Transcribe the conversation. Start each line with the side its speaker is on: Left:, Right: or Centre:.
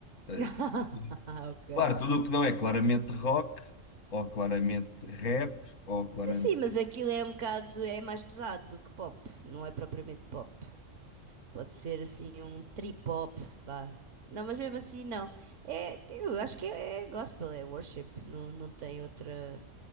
Right: <laughs>
Left: Ou seja, tudo-
Right: Ah, Ok.
Left: claro, tudo o que não é claramente rock, ou claramente rap, ou claramente.
Right: Sim, mas aquilo é um bocado, é mais pesado do que pop, não é propriamente pop. Pode ser assim um trip-hop, vá. Não, mas mesmo assim não. É, eu acho que é, é gospel, é worship, não, não tem outra,